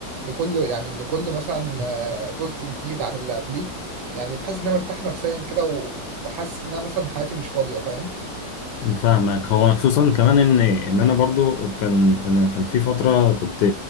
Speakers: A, on the right; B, on the left.
A: لكل يعني لكل مثلا آه، جزء جديد عن اللي قبليه يعني بحس ان انا مرتاح نفسيا كده و- وحاسس ان انا مثلا حياتي مش فاضيه فاهم
B: فاهمك هو خصوصا كمان ان ان انا برضو كان انا كان في فتره كنت